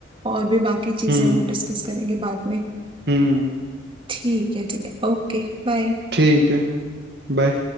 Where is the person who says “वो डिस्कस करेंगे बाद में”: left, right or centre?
Right